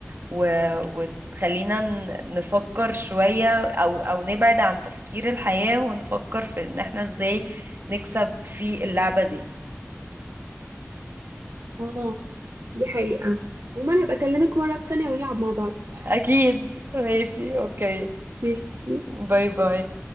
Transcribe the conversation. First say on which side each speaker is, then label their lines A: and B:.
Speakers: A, on the right; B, on the right.
A: و- وتخلينا ن- نفكر شوية او او نبعد عن تفكير الحياة ونفكر في ان احنا ازاي نكسب في اللعبة دي
B: اه دي حقيقه عموما هبقى اكلمك مره تانية ونلعب مع بعض
A: اكيد ماشي اوكي
B: ماشي
A: باي باي